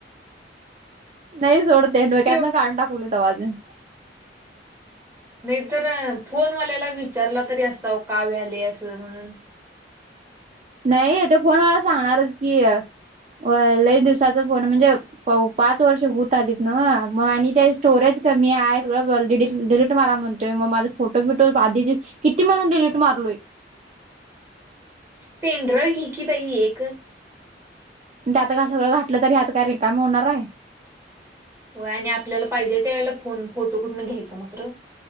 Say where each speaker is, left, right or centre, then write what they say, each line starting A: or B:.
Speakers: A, on the right; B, on the right.
A: नाही सोड ते डोक्यातनं
B: शेव
A: काढुन टाकवलोय तवा अजून.
B: नाहीतर फोनवाल्याला विचारला तरी असताव, का व्हालय असं? म्हणून. <inaudible>
A: नाही तो फोनवाला सांगणारच की होय लई दिवसाचा फोन म्हणजे प पाच वर्ष होत आलीत नव्हं मग आणि त्या स्टोरेज कमी आय सगळं ग डिलीट डिलीट मारा म्हणतोय. म माझं फोटो बिटो आधीचे किती म्हणून डिलीट मारलोय.
B: पेन ड्राईव्ह घे की बाई येक.
A: त्यात काय सगळं घातलं तरी ह्यात काय रिकामं होणाराय.
B: होय आणि आपल्याला पाहिजे त्या वेळेला फोन फोटो कुटनं घ्यायचं मग खरं.